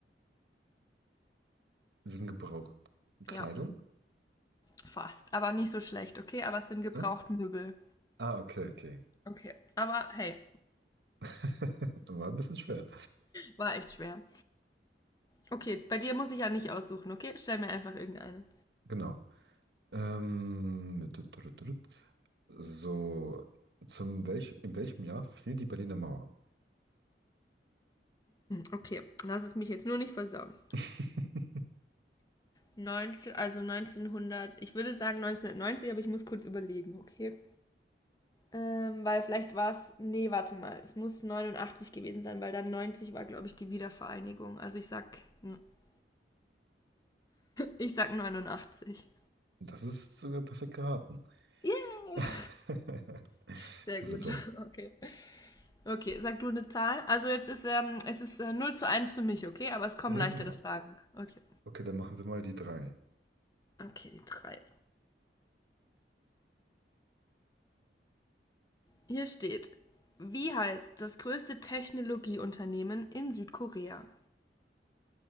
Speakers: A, on the right; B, on the left.
A: sind Gebrauch Kleidung?
B: Ja, fast. Aber nicht so schlecht, okay? Aber es sind gebraucht
A: Ne?
B: Möbel.
A: Ah, okay, okay.
B: Okay. Aber hey,
A: <laughs> War ein bisschen schwer.
B: war echt schwer. Okay, bei dir muss ich ja nicht aussuchen, okay? Stell mir einfach irgendeine.
A: Genau. Ähm, tut, tut, tut, tut. so, zum welch, in welchem Jahr fiel die Berliner Mauer?
B: Okay, lass es mich jetzt nur nicht versauen.
A: <laughs>
B: 19, also neunzehnhundert. ich würde sagen 1990, aber ich muss kurz überlegen, okay? Ähm, weil vielleicht war es, nee, warte mal, es muss 89 gewesen sein, weil dann 90 war, glaube ich, die Wiedervereinigung. Also ich sag, <laughs> ich sag neunundachtzig
A: Das ist sogar perfekt geraten.
B: Yeah!
A: <laughs>
B: Sehr
A: Super.
B: gut, <laughs> okay. Okay, sag du eine Zahl. Also jetzt ist, ähm, es ist äh, 0 zu eins für mich, okay? Aber es kommen
A: Ja,
B: leichtere
A: genau.
B: Fragen. Okay,
A: Okay, dann machen wir mal die drei.
B: okay, die drei. Hier steht, wie heißt das größte Technologieunternehmen in Südkorea?